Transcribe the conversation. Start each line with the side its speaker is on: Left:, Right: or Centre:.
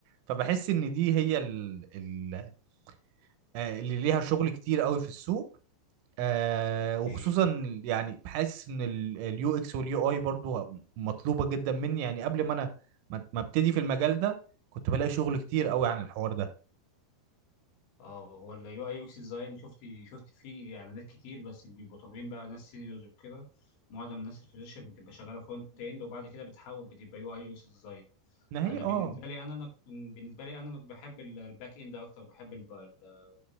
Right: فبحس ان دي هي ال ال آه اللي ليها شغل كتير قوي في السوق آه
Left: اوكي
Right: وخصوصا يعني حاسس ان اليو اكس واليو اي برضو ه- مطلوبه جدا مني يعني قبل ما انا ما ما ابتدي في المجال ده كنت بلاقي شغل كتير قوي عن الحوار ده
Left: اه هو اليو اي يو اكس ديزاين شفت شفت فيه اعلانات كتير بس بيبقوا طالبين بقى ناس سينيورز وكده معظم الناس الفريش بتبقى شغاله فرونت اند وبعد كده بتحول بتبقى يو اي يو اكس ديزاين
Right: ان هي
Left: انا
Right: اه
Left: بالنسبه لي انا أنا- بالنسبه لي انا أنا بحب ال- الباك اند اكتر بحب الب... ال-